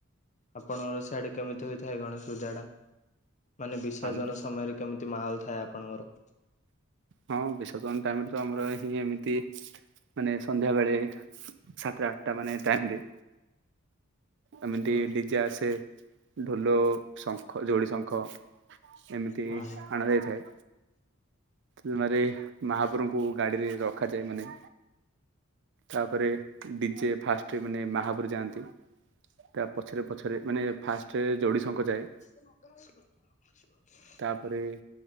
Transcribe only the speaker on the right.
ଆମର
ହଁ ବିସର୍ଜନ ଟାଇମ୍ରେ ତ ଆମର ଏଠି ଏମିତି ମାନେ ସନ୍ଧ୍ୟା ବେଳେ ସାତ ଆଟ୍ ଟା ମାନେ ଟାଇମ୍ ରେ ଏମିତି
ଡିଜେ ଆସେ, ଢୋଲ ଶଙ୍ଖ ଯୋଡି ଶଙ୍ଖ ଏମିତି
ଆଣ ଯାଇଥାଏ। ରୁନରେ ମାହାପୁରୁଙ୍କୁ ଗାଡିରେ ରଖାଯାଏ। ମାନେ ତାପରେ ଡିଜେ ଫାଷ୍ଟ ରେ ମାନେ ମହାପୁରୁ ଯାଆନ୍ତି। ତା ପଛରେ ପଛରେ ମାନେ ଫାଷ୍ଟରେ ଯୋଡ଼ିଶଙ୍ଖ ଯାଏ।
ତାପରେ